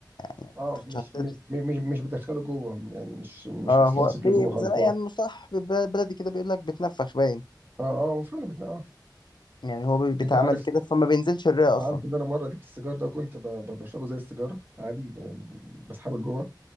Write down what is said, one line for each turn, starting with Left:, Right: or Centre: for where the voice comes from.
Left: يعني
Right: اه
Left: ما بيتاخدش
Right: مش
Left: على
Right: مش
Left: الكد
Right: مش, مش بتدخله جوه يعني مش مش
Left: اه
Right: بتستمسك
Left: هو بي...
Right: لجوه خالص
Left: زي ما-
Right: هو
Left: يعني
Right: اه
Left: مصطلح بلدي كده بيقول لك بتنفخ باين
Right: اه هو فعلا بتنا... اه
Left: يعني هو بي- بيتعمل
Right: انت عارف
Left: كده فما بينزلش الرئه
Right: انت
Left: اصلا
Right: عارف ان انا مره جبت السيجار ده وكنت ب... ب- بشربه زي السيجاره عادي ب... بسحبه لجوه